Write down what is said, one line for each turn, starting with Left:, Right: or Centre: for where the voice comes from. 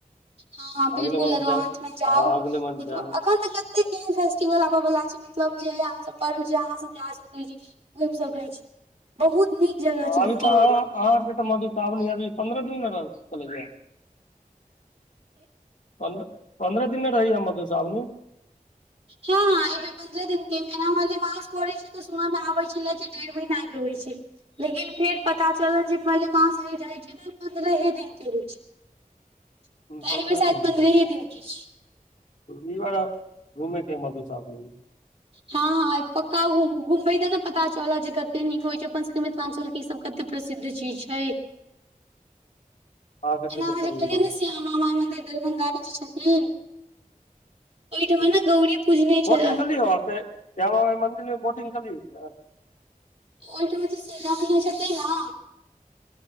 Right: हँ बिल्कुल
Left: अगले मंथ
Right: अगला
Left: जाउ
Right: मंथमे जाउ
Left: हँ अगले मंथ
Right: देख
Left: जायब
Right: अग त एते केहन फेस्टिवल आबे वाला छै मतलब जे यहाँ सब पर्व जे अहाँ सब ग घुमि सकै छी बहुत नीक जगह छै
Left: अभी
Right: घूमऽ
Left: तऽ अह
Right: बला
Left: अहाँके तऽ मधुश्रावणी अभी पंन्द्रह दिनमे रह चले या पन्द्रह पन्द्रह दिनने रहैय मधु श्रावणि
Right: हँ प्रह दिन के मना पड़े छै सुबह मे आबे छै जे डेढ़ महीना होै छै <unintelligible> लेकिन फेर पता चलल जे मलिमास हरि जाइत छै तऽ पन्द्रहे दिनके होइ छै तऽ
Left: पन्द्रह
Right: एहि बेर शायद
Left: दिन के
Right: पन्द्रहे दिन की छै
Left: <unintelligible>
Right: हँ हँ आइ पक्का घुम घूमबे तऽ नहि पता चल जे कते नीक होइ छै अपन मिथिलांचलक के सब क प्रसिद्ध चीज छै
Left: आ करके
Right: एना
Left: देखो
Right: अहाँ जे
Left: ई बार
Right: मामा माइ मन्दर दलभदारी जी छथिन <unintelligible> ओहिठाम
Left: हम्म।
Right: ने गौरी पूजने
Left: बोटिंग
Right: छै
Left: कली वहाँ पे क्या नाम है मन्दिर मे बोटिंग का लिंस्ट
Right: ओहिठमे त से छै तै ने <unintelligible>